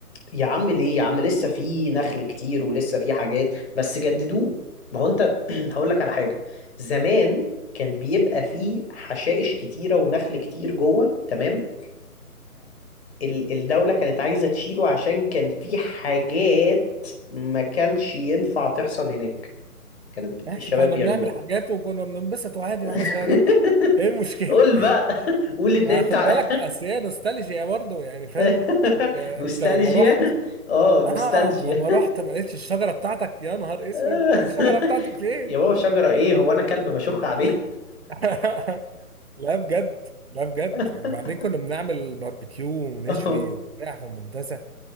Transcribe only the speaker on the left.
يا عم ليه يا عم لسه في نخل كتير ولسه في حاجات بس جددوه ما هو انت <clears throat> هقول لك على حاجه زمان كان بيبقى فيه حشائش كتيره ونخل كتير جوه تمام فالدوله كانت عايزه تشيله عشان كان في حاجات ما كانش ينفع تحصل هناك كانت ب-
الشباب
بيعملوها
<laughs>
قول
بقى قول ان
انت
ع-
<laughs>
نوستالجيا
اه نوستالجيا
<laughs>
يا بابا شجرة ايه هو انا كلب بشخ عليه
<laughs>
اه